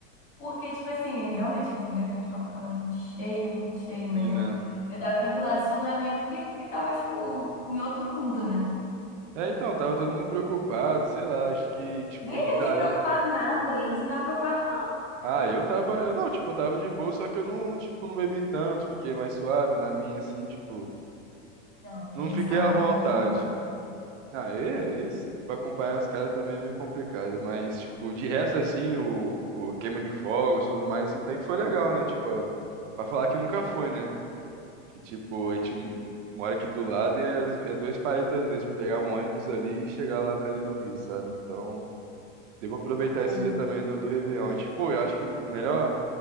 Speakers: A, on the left; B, on the right.
A: Porque, tipo assim, realmente o Réveillon de Copacabana é muito cheio, muito cheio, mas
B: sim,
A: eu,
B: né?
A: eu tava tranquilaça. Seus amigos que, que tava, tipo, em outro mundo, né?
B: É, então, tava todo mundo preocupado, sei lá, acho que, tipo,
A: Ninguém
B: meio que tá
A: aqui preocupado
B: eu.
A: nada, eles não estavam preocupados,
B: Ah, eu tava, eu não, tipo, eu tava de boa, só que eu não, tipo, não bebi tanto, fiquei mais suave na minha, assim, tipo,
A: Não,
B: não
A: eles
B: fiquei
A: estavam
B: à vontade.
A: em outro mundo.
B: Ah, e, e s- pra acompanhar os caras também é meio complicado, mas, tipo, de resto, assim, o, o queima de fogos e tudo mais, assim, até que foi legal, né? Tipo, pra falar que nunca foi, né? Que, tipo, a gente m- mora aqui do lado e é, às- é dois palitos às vezes pra pegar um ônibus ali e chegar lá, ali no Rio, sabe? Então, devo aproveitar
A: É,
B: esse dia
A: não
B: também do, do Réveillon. E, tipo, eu acho que o melhor,